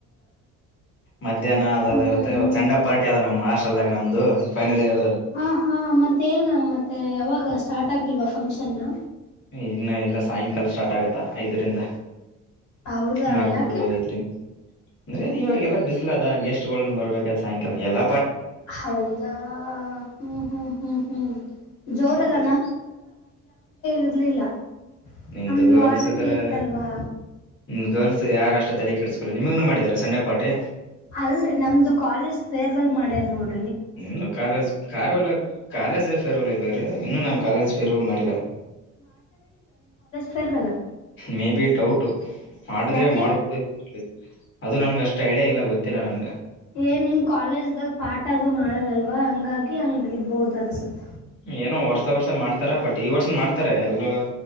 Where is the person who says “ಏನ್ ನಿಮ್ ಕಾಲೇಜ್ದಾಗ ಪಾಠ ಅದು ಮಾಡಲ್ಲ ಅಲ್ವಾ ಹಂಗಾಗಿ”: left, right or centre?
Left